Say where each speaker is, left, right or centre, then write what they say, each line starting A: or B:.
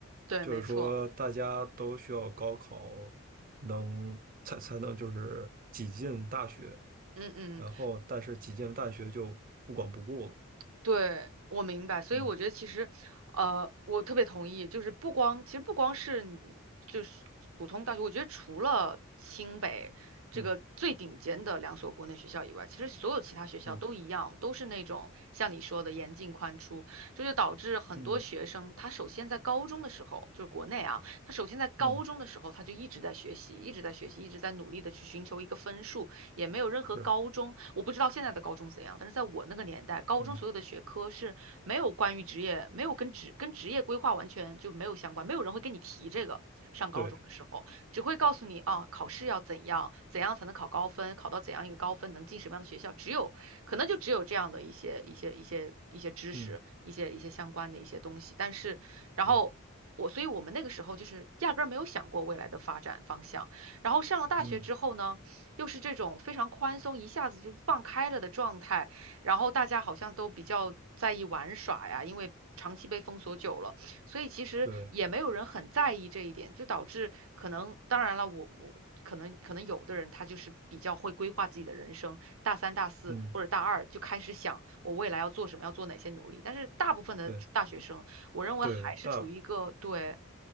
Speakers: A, on the right; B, on the right.
A: 对，
B: 就是说大家都需要高考能才才能就是挤进大学，
A: 没错。嗯嗯。
B: 然后但是挤进大学就不管不顾了，
A: 对，我明白，所以我觉得其实，
B: 嗯
A: 呃，我特别同意，就是不光，其实不光是你就是普通大学，我觉得除了清北这个最顶尖的两所国内学校以外，
B: 嗯
A: 其实所有其他学校都一样，
B: 嗯
A: 都是那种像你说的严进宽出，这就导致很多学生他首先在高中的时候，
B: 嗯
A: 就是国内啊，他首先在高中的时候他就一直在学习，
B: 嗯，嗯
A: 一直在学习，一直在努力的去寻求一个分数。也没有任何高中，
B: 是，
A: 我不知道现在的高中怎样，但是在我那个年代，高中所有的学科是没有关于职业，
B: 嗯
A: 没有跟职跟职业规划完全就没有相关，没有人会跟你提这个。上高中的时候，
B: 对，
A: 只会告诉你啊，考试要怎样，怎样才能考高分，考到怎样一个高分，能进什么样的学校，只有可能就只有这样的一些一些一些一些知识，
B: 嗯
A: 一些一些相关的一些东西。但是，然后我，
B: 对，
A: 所以我们那个时候就是压根儿没有想过未来的发展方向。然后上了大学之后呢？
B: 嗯
A: 又是这种非常宽松，一下子就放开了的状态，然后大家好像都比较在意玩耍呀，因为长期被封锁久了，所以其实也没有人很在意这一点，
B: 对，
A: 就导致可能，当然了，我我可能可能有的人他就是比较会规划自己的人生，大三、大四或者大二就开始想我未来要做什么，
B: 嗯
A: 要做哪些努力，但是大部分的大学生，
B: 对
A: 我认为还是处于一个对，
B: 对，大。